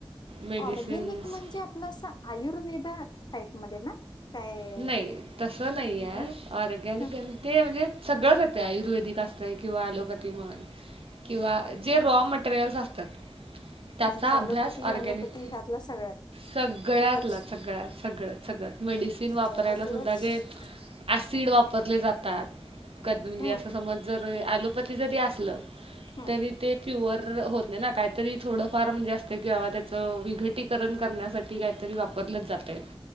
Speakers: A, on the right; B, on the left.
A: मेडिसिन्स
B: ऑरगॅनिक म्हणजे आपलं आयुर्वेदा टाईपमध्ये ना? काय
A: नाही, तसं नाही
B: म्हणजे
A: हाय, ऑर्गॅनिक
B: ह
A: ते म्हणजे सगळंच येतय,, आयुर्वेदिक असतें किंवा ॲलोपॅथी म्हण,, किंवा जे रॉ
B: ह
A: मटेरियल्स असतात. त्याचा
B: म्हणजे
A: अभ्यास
B: ऍलोपॅथी, होमिओपॅथी
A: ऑर्गॅनिक
B: ह्यातला सगळ्यात.
A: सगळ्यातला
B: सगळंच
A: सगळ्यात सगळं सगळं, मेडिसिन
B: सगळ्यातलंच
A: वापरायला सुद्धा जे ऍसिड
B: हम्म
A: वापरले जातात म्हणजे
B: हम्म
A: असं समज जर ऍलोपॅथी जरी असलं,,
B: हम्म.
A: तरी ते प्युवर होत नाही ना, काहीतरी थोडफार म्हणजे असतं किं बाबा त्याच, विघटित करण्यासाठी काहीतरी वापर जातय,,